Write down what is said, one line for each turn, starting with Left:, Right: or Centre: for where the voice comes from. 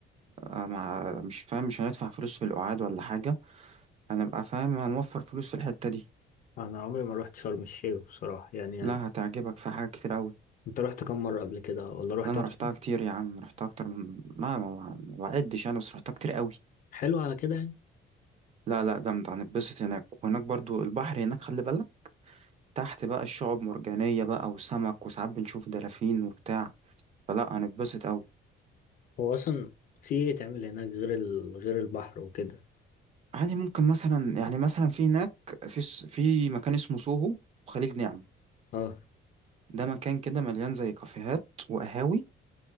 Right: آه، مع مش فاهم مش هندفع فلوس في القعاد ولا حاجة هنبقى فاهم هنوفر فلوس في الحتة دي
Left: انا عمري ما روحت شرم الشيخ بصراحه يعني
Right: لا هتعجبك في حاجات كتير أوي
Left: انت رحت كم مره قبل كده ولا رحت
Right: لا أنا
Left: اصلا
Right: روحتها كتير يا عم روحتها أكتر من لا ما ما بعدش أنا بس روحتها كتير أوي
Left: حلو على كده يعني
Right: لا لا جامدة هنتبسط هناك وهناك برضو البحر هناك خلي بالك تحت بقى الشعب مرجانية بقى وسمك وساعات بنشوف دلافين وبتاع فلا هنتبسط أوي
Left: هو اصلا في ايه تعمل هناك غير ال... غير البحر وكده
Right: عادي ممكن مثلا يعني مثلا في هناك في س- في مكان اسمه سوهو وخليج نعمة
Left: اه
Right: ده مكان كده مليان زي كافيهات وقهاوي